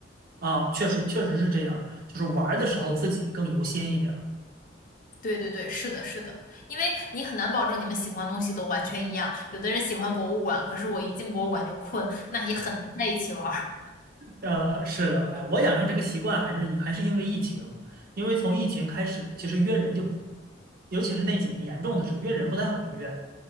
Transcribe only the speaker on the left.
<laughs> 对对对，是的，是的，因为你很难保证你们喜欢的东西都完全一样，有的人喜欢博物馆，可是我一进博物馆就困，那也很难在一起玩儿。